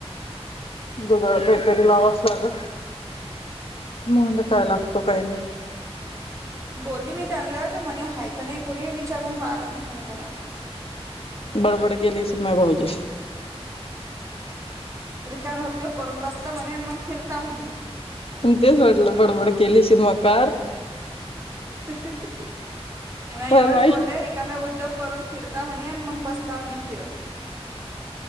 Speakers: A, on the left; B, on the right.
A: जुगाड काहीतरी लावावच लागल. महुंदे काय लागतो काय नाही.
B: बोलली मी त्यांला तर म्हणे हाय तर नाही कोणी विचारून पाहां लागेल म्हणे कोणाला
A: बडबड केली स मय भाऊजी
B: रिकाम उद्योग करून बसता म्हणे आणि मग फिरता म्हणे.
A: तेच वाटलं बडबड केली शिमाकार
B: नाही
A: मला
B: एवढंच
A: माहित
B: बोलले रिकामे उद्योग करून फिरता म्हणे आणि मग बसता म्हणे फिरत.